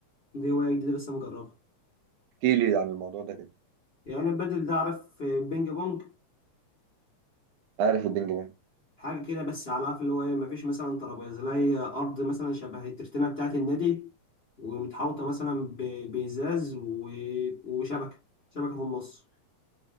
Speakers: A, on the left; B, on the right.
A: دي هوايه جديده لسه مجربها
B: احكي لي عن الموضوع ده كده
A: يعني البادل ده عارف بينج بونج
B: عارف البينج بونج
A: حاجه كده بس على عارف اللي هو ايه مفيش مثلا ترابيزه لا هي ارض مثلا شبه الترتينه بتاعه النادي ومتحوطه مثلا ب- بازاز و- وشبكه شبكه في النص